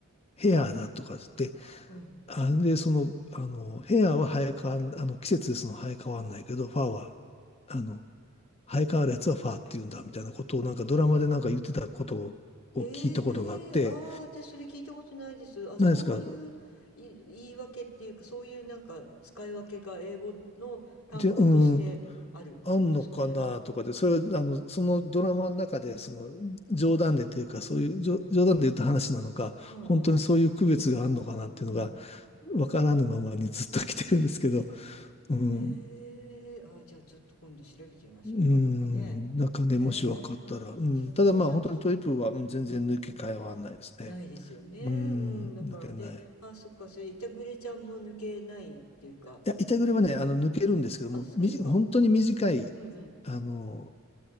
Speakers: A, on the left; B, on the left.
A: ヘアだとかつって、
B: あうん
A: あれで、その、あの、ヘアは生え変わん、あの、季節でその生え変わんないけど、ファーは、あの、生え変わるやつはファーって言うんだ、みたいなことをなんかドラマでなんか言ってたことを聞いたことがあって、
B: ええああ、私それ聞いたことないです。あ、そういうい言い訳っていうか、
A: 何ですか、
B: そういうなんか使い分けが英語の単語としてあるってことですかね。
A: で、うーん、あんのかなとかで、それあの、そのドラマの中で、その、冗談でというか、そういう、冗冗談で言った話なのか、
B: うんうん。
A: 本当にそういう区別があるのかなっていうのが、
B: うん。
A: わからぬままにずっと来てるんですけど、うん。
B: へえ、あ、じゃあちょっと今度調べてみましょうか。
A: うん、
B: なんかね。
A: なんかね、
B: へ
A: もし分かったら。
B: え、
A: うん、
B: じゃあそうだとし、
A: ただまあ、本当にトイプーは、
B: うん、
A: うん全然抜け替えはないですね。
B: うん。ないですよね。
A: うん、
B: うん。だから、
A: 抜けない。
B: で、あ、そっか、それ、いたぐれちゃんも抜けないっていうか、
A: いや、板栗はね、あの、抜けるんですけども、
B: あ、そうですか。
A: みじ、本当に短い、
B: うんうん。
A: あの、